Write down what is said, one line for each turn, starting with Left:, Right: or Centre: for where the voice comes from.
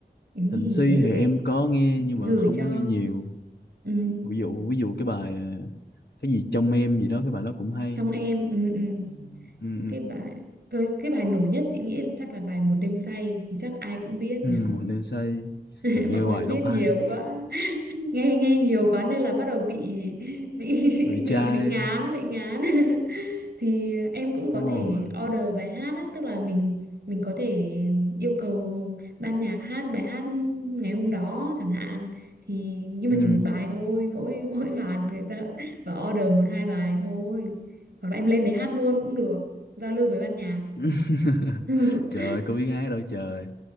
Right: ừ,
Left: Thịnh Suy
Right: thế
Left: thì
Right: để
Left: em có nghe nhưng
Right: chị
Left: mà
Right: gửi
Left: không
Right: cho
Left: có nghe nhiều
Right: ừ,
Left: ví dụ ví dụ cái bài ờ, cái gì trong em gì đó cái bài đó cũng hay
Right: trong em ừ, ừ.
Left: ừ, ừ, ừ.
Right: cái bài cái, cái bài nổi nhất chị nghĩ là chắc là bài một đêm say thì chắc ai cũng biết
Left: Ừ,
Right: nhở
Left: một đêm say
Right: <laughs>
Left: Rồi nghe
Right: mọi
Left: hoài
Right: người biết
Left: đau
Right: nhiều
Left: tai quá.
Right: quá nghe nghe nhiều quá nên là bắt đầu bị bị <laughs>
Left: Vì
Right: bị
Left: trai
Right: bị ngán bị ngán <laughs> thì em cũng có
Left: đúng
Right: thể
Left: rồi
Right: order bài hát á tức là mình mình có thể yêu cầu ban nhạc hát bài hát ngày hôm đó chẳng hạn thì nhưng mà
Left: ừ.
Right: chỉ một bài thôi mỗi mỗi bàn người ta bảo order một hai bài thôi hoặc là em lên đấy hát luôn cũng được giao lưu với ban nhạc
Left: <laughs>
Right: <laughs>
Left: trời ơi có biết hát đâu trời